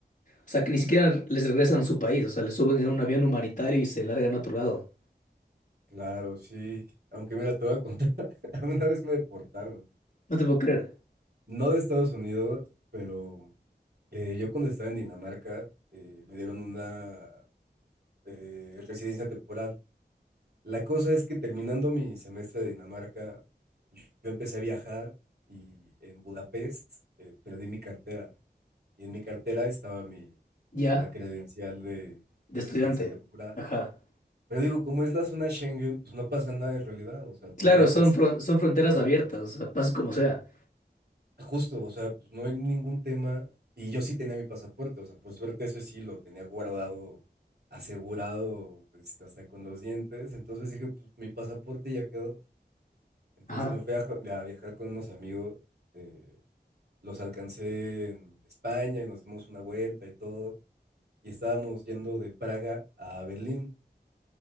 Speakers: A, on the left; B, on the right.
A: sea, que ni siquiera les regresan a su país, o sea, les suben en un avión humanitario y se largan a otro lado.
B: claro, sí, aunque mira, te voy a contar, <laughs> a mí una vez me deportaron,
A: No te puedo creer.
B: no de Estados Unidos, pero... Eh, yo cuando estaba en Dinamarca eh, me dieron una eh, residencia temporal. La cosa es que terminando mi semestre de Dinamarca, yo, yo empecé a viajar y en Budapest eh, perdí mi cartera. Y en mi cartera estaba mi,
A: Ya,
B: eh, la credencial de,
A: de
B: de
A: estudiante.
B: residencia temporal.
A: Ajá.
B: Pero digo, como es la zona Schengen, pues no pasa nada en realidad. O sea, tú
A: Claro,
B: viajas
A: son, fron- son fronteras
B: por
A: abiertas, o sea, pases como sea.
B: Justo, o sea, pues no hay ningún tema. Y yo sí tenía mi pasaporte, o sea, por suerte eso sí lo tenía guardado, asegurado, este, hasta con los dientes. Entonces dije, pues mi pasaporte ya quedó. Entonces
A: Ajá,
B: me fui a, ja- a viajar con unos amigos, eh, los alcancé en España y nos dimos una vuelta y todo. Y estábamos yendo de Praga a Berlín.